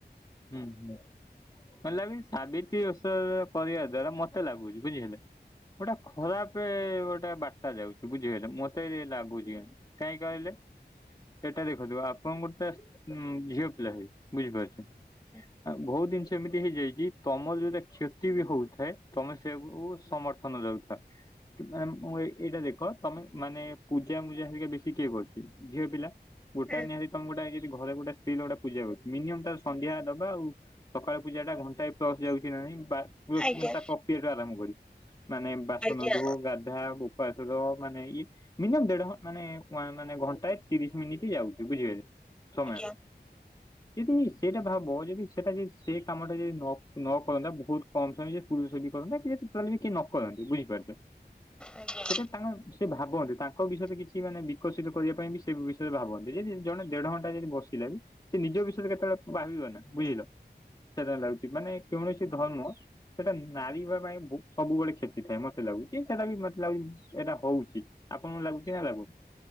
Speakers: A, on the left (about 25°); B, in the centre.
A: ହୁଁ ହୁଁ ମତେ ଲାଗୁଚି ସାବିତ୍ରୀ ଓଷା କରିବା ଦ୍ଵାରା ମତେ ଲାଗୁଚି । ବୁଝି ହେଲେ ଗୋଟା ଖରାପ୍ । ଏ ଗୋଟା ବାର୍ତ୍ତା ଯାଉଛି ବୁଝିଗଲେ ମତେ ଏ ଲାଗୁଚି କାଇଁ କହିଲେ । ଏଟା ଦେଖନ୍ତୁ ଆପଣ ଗୋଟେ ସ ଝିଅ ପିଲା ହେଇ ବୁଝିପାରୁଛନ୍ତି ।
B: ହୁଁ <inaudible>
A: ଆଉ ବହୁତ ଜିନିଷ ଏମିତି ହେଇଯାଇଛି ତମର ଯୋଉଟା କ୍ଷତି ବି ହଉଥାଏ ତମେ ସେଆକୁ ସମର୍ଥନ । ରହୁଥା । କି ମାମ୍ ମୁଁ ଏଇ ଏଇଟା ଦେଖ ତମେ ମାନେ ପୂଜା ମୂଜା ଘରିକା ବେଶୀ କିଏ କରୁଚି ଝିଅ ପିଲା। ଗୋଟା
B: ହୁଁ
A: ନିହାତି ତମେ ଗୋଟା ଯଦି ଘରେ ଗୋଟା ସ୍ତ୍ରୀ ଲୋକଟା ପୁଜା କରୁଚି ମିନିୟମ୍ ତାର ସନ୍ଧ୍ୟା । ଦବା ଆଉ ସକାଳ ପୂଜା ଟା ଘଣ୍ଟାଏ ପ୍ଲସ୍ ଯାଉଛି ନାଁ ନାଇଁ ବା ଫୁର
B: ଆଜ୍ଞା।
A: ତା ପ୍ରକ୍ରିୟା ଟୁ ଆରମ୍ଭ କରି । ମାନେ ବାସନ
B: ଆଜ୍ଞା
A: ଧୋ ଗାଧା । ବାସନ ମାନେ ଇଏ ମିନିୟମ୍ ଦେଢ଼ ଘ ମାନେ ୱାନ ମନେ ଘଣ୍ଟାଏ ତିରିଶ ମିନିଟ୍ ଯାଉଛି ବୁଝି ଗଲେ। ସମୟ
B: ଆଜ୍ଞା।
A: ଯଦି ସେଇଟା । ଭାବ ଯଦି ସେଟା ଯଦି ସେ କାମଟା ଯଦି ନ ନ କରନ୍ତା ବହୁତ କମ୍ ସମୟ ରେ ଯେ ପରୁଷ ବି କରନ୍ତା କି ଯଦି କେହି ନକରନ୍ତି ବୁଝିପାରୁଚ
B: ଆଜ୍ଞା।
A: ସେଟା ତାଙ୍କ ସେ ଭାବ । ଭାବନ୍ତି ତାଙ୍କ ବିଷୟରେ କିଛି ମାନେ ବିକଶିତ କରିବା ପାଇଁ ବି ସେ ବିଷୟରେ ଭାବନ୍ତି ଯଦି ଜଣେ ଦେଢଘଣ୍ଟା ଯଦି ବସିଲା ବି । ସେ ନିଜ ବିଷୟରେ କେତେବେଳେ ଭାବିବ ନା ବୁଝିଲ ସେଟା ଲାଗୁଛି ମାନେ । କୌଣସି ଧର୍ମ ସେଟା ନାରି ବା ପାଇଁ ସବୁବେଳେ କ୍ଷତି ଥାଏ ମତେ ଲାଗୁଛି ସେଟା ବି ମୋତେ ଲାଗୁଚି। ଏଇଟା ହଉଚି ଆପଣଙ୍କୁ ଲାଗୁଚି ନା ଲାଗୁନି?